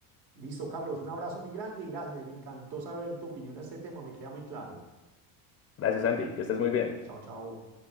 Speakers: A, on the right; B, on the left.
A: Listo, Carlos, un abrazo muy grande y gracias, me encantó saber tu opinión a este tema, me queda muy claro.
B: Gracias, Santi, que estés muy
A: Eh,
B: bien.
A: chao, chao.